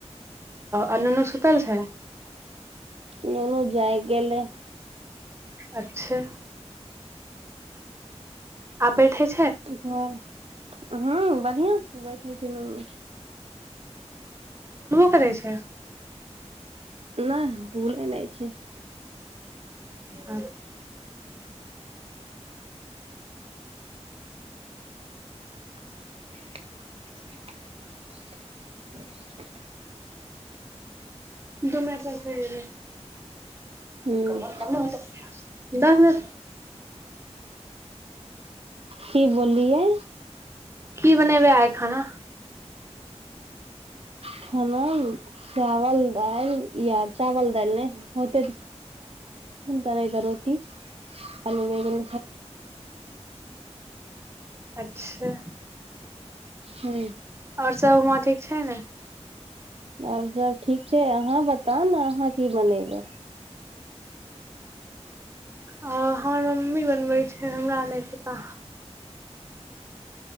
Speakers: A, on the right; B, on the right.
A: अ नुनु सुूतल छै
B: ननू जाइग गेले
A: अच्छा आबैठे छै
B: घर हँ बढ़िआं से बैठे छै नन
A: ै छै
B: नहि भूले नहि छै
A: आ
B: ह
A: दम प भ गेलने
B: हूँ
A: कर त ने होत दस दस
B: की बोललियै
A: की बनेबे आए खाना
B: खाना चाउर-दालि। जँ चाउर-दालि नहि होइत तऽ रोटी-आलू आदि।
A: अच्छा,
B: हूँ
A: आओर सभ ओतऽ ठीक छै ने?
B: आर सभ ठीक छै। अहाँ बताउ ने, अहाँ की बनयबै?
A: अरे, हमर मम्मी बनबै छथि। हमरा नहि छैता।